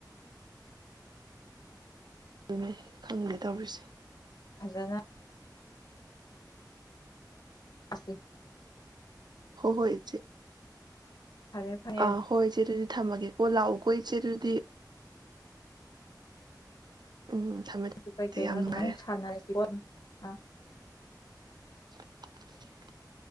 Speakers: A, on the right; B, on the left.
A: ꯑꯗꯨꯅꯦ ꯈꯪꯗꯦ ꯇꯧꯔꯤꯁꯦ
B: ꯐꯖꯅ ꯑꯁꯤ
A: ꯍꯣ ꯍꯣꯏ ꯏꯆꯦ
B: ꯐꯔꯦ ꯐꯔꯦ
A: ꯑꯥ ꯍꯣꯏ ꯢꯆꯦ ꯑꯗꯨꯗꯤ ꯊꯝꯃꯒꯦꯀꯣ ꯂꯥꯛꯑꯣ ꯀꯣ ꯢꯆꯦ ꯑꯗꯨꯗꯤ ꯎꯝ ꯊꯝꯃꯦ
B: ꯑꯗꯨ ꯀꯩ
A: ꯊꯝꯃꯦ
B: ꯀꯩꯅꯣꯗ
A: ꯌꯥꯝ ꯅꯨꯡꯉꯥꯏꯔꯦ
B: ꯑꯃꯨꯛ ꯁꯥꯟꯅꯔꯁꯤ <unintelligible> ꯑꯥ
A: <inaudible>